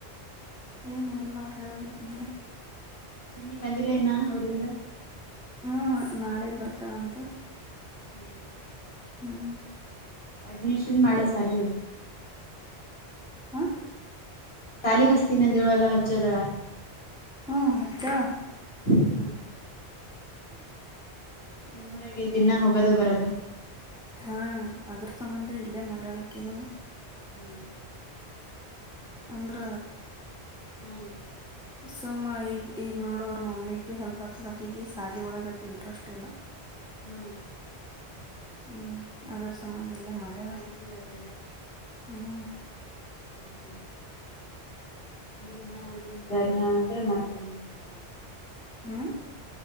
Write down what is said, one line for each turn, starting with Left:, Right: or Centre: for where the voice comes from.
Centre: ಏನಿಲ್ಲ ನೋಡು ಹೇಳ್ಬೇಕ್ ನೀನ್ನ.
Left: ಚಿನ್ನಿ ಬಂದಿಲ್ಲ ಇನ್ನ ಊರಿಂದ.
Centre: ಹ್ಮ್ ನಾಳೆ ಬರ್ತಾಳಂತ.
Left: ಹ್ಮ್ ಹ್ಮ್.
Centre: ಹ್ಮ್.
Left: ಅಡ್ಮಿಶನ್ ಮಾಡು ಸಾಲಿದು.
Centre: ಆ.
Left: ಸಾಲಿಗೆ ಹಸ್ತೀನಿ ಅಂದಿನೋಳ ಹಚ್ಚಿದಾಳ..
Centre: ಹ್ಮ ಹಚ್ಚಳ
Left: ಹ್ಮ ನಿಮ್ಮೂರಗೆ ದ್ದಿನ್ನ ಹೋಗೋದು ಬರದು
Centre: ಹಾ ಅದ್ರ್ ಸಂಬಂಧ ಇಲ್ಲೇ ಮಾಡಳಕಿನು
Left: ಹ್ಮ್.
Centre: ಅಂದ್ರ.
Left: ಹ್ಮ್
Centre: ಸೊಮ್ಮ ಈಗ ಈಗ ನೋಡು ಅವ್ರ ಮಮ್ಮಿಗ್ ಬಿ ಹೆಲ್ಪ್ ಆತದಕ ಈಗ ಸಾಲಿ ಒಳಗಟ ಇಂಟ್ರೆಸ್ಟ್ ಇಲ್ಲ.
Left: ಹ್ಮ್.
Centre: ಹ್ಮ್ ಅದರ ಸಂಬಂಧ ಇಲ್ಲೇ ಮಾಡ್ಯಾಳ
Left: ನಡೀತದ ಅದೆಲ್ಲ
Centre: ಹ್ಮ್-
Left: ಹ್ಮ್ ಹ್ಮ್ ಅಂದ್ರೆ ಇನ್ನ ಊರಿಂದ ಬದ್ನ ನಂತ್ರ ಮತ್ತೆ ಮುಂದೆ ಹೊಗವ.
Centre: ಹ್ಮ್.